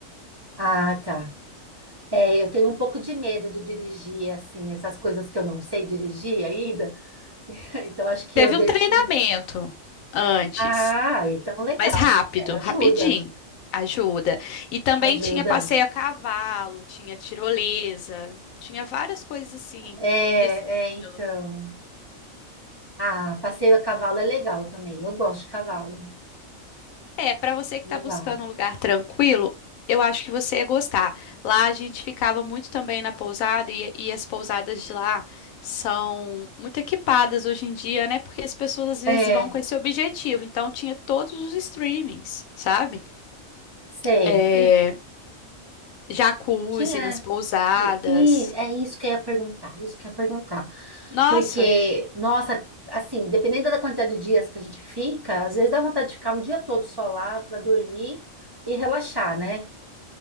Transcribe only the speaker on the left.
Teve
um treinamento antes,
mas rápido,
rapidinho. Ajuda. E também
tinha passeio a cavalo, tinha tirolesa, tinha várias coisas assim
nesse
estilo.
É, para você que
está buscando um lugar tranquilo, eu acho que você ia gostar. Lá a gente ficava muito também na pousada e, e as pousadas de lá são muito equipadas hoje em dia, né? Porque as pessoas às vezes
vão com esse objetivo. Então tinha todos os streamings, sabe?
É,
jacuzzi
nas pousadas.
Nossa,